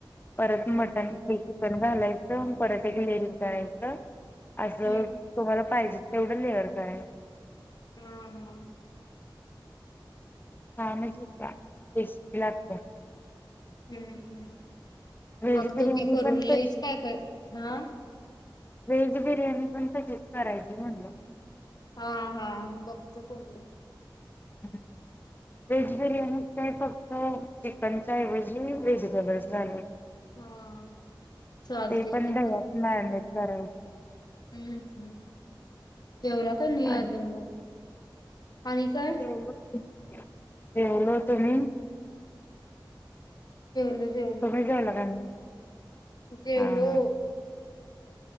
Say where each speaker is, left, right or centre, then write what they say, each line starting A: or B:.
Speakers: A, on the left; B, on the left.
A: परत
B: हम्म
A: मटण प चिकन घालायचं पराठ्या गिलेरी करायचं असं.
B: हम्म
A: तुम्हाला पाहिजे तेवढं लेअर काय.
B: हम हा.
A: छानच हो का टेस्टी लागत.
B: हम्म हम्म हम्म
A: व्हेज
B: बघतो
A: बिर्याणी
B: कि करून
A: पण
B: लईच
A: तशी
B: काय काय हा
A: व्हेज बिर्याणी पण तशीच करायची म्हटलं.
B: हा हा बघतो करून
A: <inaudible> व्हेज बिर्याणी काय फक्त चिकनचा ऐवजी व्हेजिटेबलस घालाय
B: हा चालते
A: ते पण
B: की
A: दह्यात
B: करून बघते
A: मॅरीनेट करायची.
B: हम्म हम्म जेवला का नाही
A: आणि
B: अजून मग आणि काय?
A: <unintelligible> जेवलो तुम्ही
B: जेवलो जेवलो
A: तुम्ही जेवला का नाही.
B: जेवलो
A: हा हा